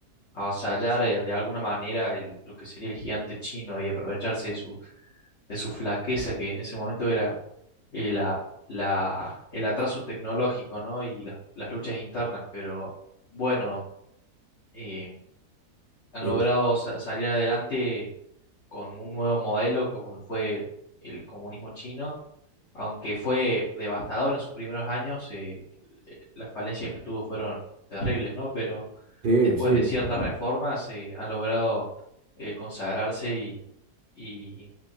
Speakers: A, on the left; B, on the right.
A: avasallar eh, de alguna manera el- lo que sería el gigante chino y aprovecharse de su, de su flaqueza, que en ese momento era eh, la- la- el atraso tecnológico, ¿no? Y las, las luchas internas, pero bueno, eh, han
B: Eh,
A: logrado sa- salir adelante con un nuevo modelo como lo fue el, el comunismo chino, aunque fue devastador en sus primeros años, eh, eh, las falencias que tuvo fueron terribles, ¿no? Pero
B: Sí,
A: después
B: sí.
A: de ciertas reformas eh, han logrado eh, consagrarse y, y,